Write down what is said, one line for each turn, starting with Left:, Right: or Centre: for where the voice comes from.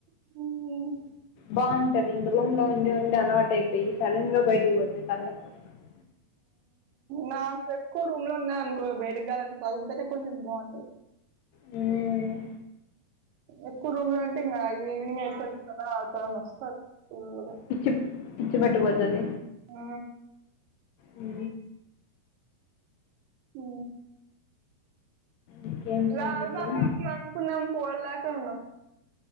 Right: ఉ
Left: బాగుంటది రూమ్ లో ఉండి ఉండి అలాట్ అయిపోయి సడన్ గా బయటికి పోతే తలనొప్పి వస్తాంది
Right: నా చెకు రూమ్ లో ఉంద అకో ఎండాకాలం తగులుతనె కొంచెం బాగుంటుది
Left: ఉహు
Right: ఎక్కువ రూమ్ అంటే ఇంకా ఈవినింగ్ అయ్యేసరికి చాలా తలనొస్తది ఫుల్లుగా
Left: పిచ్చి పిచ్చి పట్టిపోతది
Right: ఆ
Left: ఉ
Right: ఉ
Left: ఇంకేం
Right: లాల్
Left: సంగతులు
Right: బకెట్ కు అనుకున్న పోలేకపోయాము